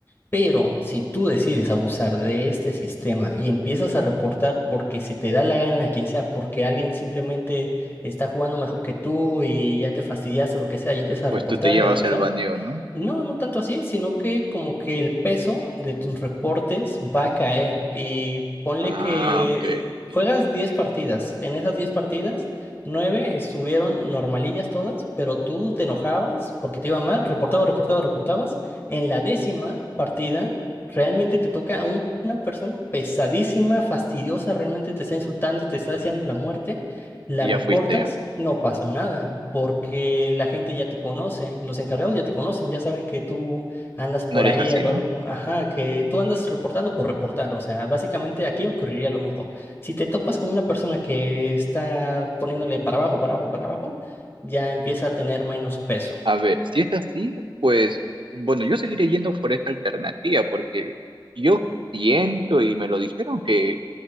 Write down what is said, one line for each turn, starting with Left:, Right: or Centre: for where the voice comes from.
Left: pero si tú decides abusar de este sistema y empiezas a reportar porque se te da la gana a quien sea, porque alguien simplemente está jugando mejor que tú y ya te fastidiaste o lo que sea y empiezas a
Right: pues
Left: reportar
Right: tú te llevas
Left: y a reportar,
Right: el baneo, ¿no?
Left: no, no tanto así, sino que como que el peso de tus reportes va a caer y ponle
Right: Ah,
Left: que
Right: ok,
Left: juegas
Right: ok.
Left: 10 partidas. En esas 10 partidas, 9 estuvieron normalillas todas, pero tú te enojabas porque te iba mal, reportabas, reportabas, reportabas. En la décima partida, realmente te toca a un- una persona pesadísima, fastidiosa, realmente te está insultando, te está deseando la muerte la
Right: Y
Left: reportas,
Right: ya fuiste ya.
Left: no pasó nada, porque la gente ya te conoce, los encargados ya te conocen, ya saben que tú andas por
Right: No eres
Left: ahí
Right: así,
Left: a lo
Right: ¿no?
Left: loco, ajá, que tú andas reportando por reportar, o sea, básicamente aquí ocurriría lo mismo. Si te topas con una persona que está poniéndole para abajo, para abajo, para abajo, ya empieza a tener menos peso.
Right: A ver, si es así, pues, bueno, yo seguiré yendo por esta alternativa, porque yo siento y me lo dijeron que